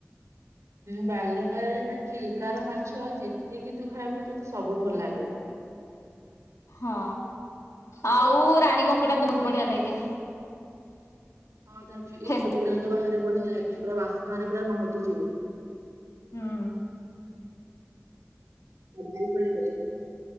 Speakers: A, on the right; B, on the left.
A: ବାଲୁଙ୍ଗା ରେ ନା ଚିଲିକାର ମାଛ ଯେତିକି ତୁ ଖାଇବୁ ତତେ ସବୁ ଭଲ ଲାଗିବ।
B: ହଁ
A: ମତେ
B: ଆଉ
A: ଇଚ୍ଛା ହଉଛି
B: ରାଣୀ
A: ମୁଁ
B: କଙ୍କଡା
A: ସେଇଠି ହେଲେ
B: ତ ବହୁତ
A: ରହିଥାନ୍ତି
B: ବଢିଆ ଲାଗେ।
A: ହଁ ତା ଇତୁ
B: ହେ ହେ।
A: ଗୁଡାକ ବାହାରେ ବୁଲିଲେଣି ପୁରା ବାସ୍ନାରେ ପୁରା ମହକି ଯିବ।
B: ହୁଁ।
A: ମତେ ଖାଲି ଫିଡ୍‌ ଭଲ ଲାଗେ।